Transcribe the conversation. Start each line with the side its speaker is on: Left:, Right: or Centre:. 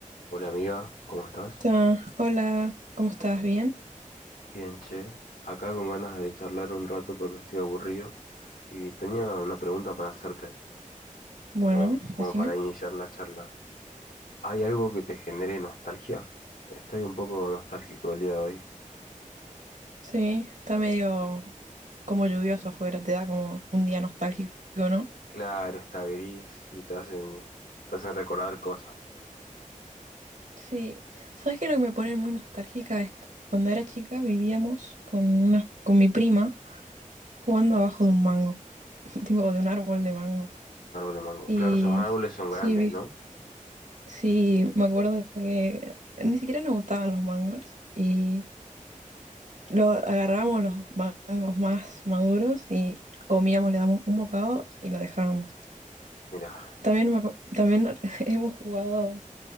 Left: Hola amiga, ¿cómo estás?
Right: Ta, Hola, ¿cómo estás? ¿Bien?
Left: Bien, che. Acá con ganas de charlar un rato porque estoy aburrido y tenía una pregunta para hacerte,
Right: Bueno,
Left: como, como
Right: decime.
Left: para iniciar la charla. ¿Hay algo que te genere nostalgia? Estoy un poco nostálgico el día de hoy.
Right: Sí, está medio como lluvioso afuera, te da como un día nostálgico, ¿no?
Left: Claro, está gris y te hacen, te hacen recordar cosas.
Right: Sí, ¿sabes qué? es Lo que me pone muy nostálgica es cuando era chica vivíamos con una, con mi prima jugando abajo de un mango, <laughs> tipo de un árbol de mango.
Left: Un árbol de mango.
Right: Y
Left: Claro, esos árboles son
Right: sí,
Left: grandes,
Right: vi-
Left: ¿no?
Right: sí, me acuerdo que ni siquiera nos gustaban los mangos y Lo agarrábamos los mangos más maduros y comíamos, le damos un bocado y lo dejábamos.
Left: Mira.
Right: También, me acu- también <laughs> hemos jugado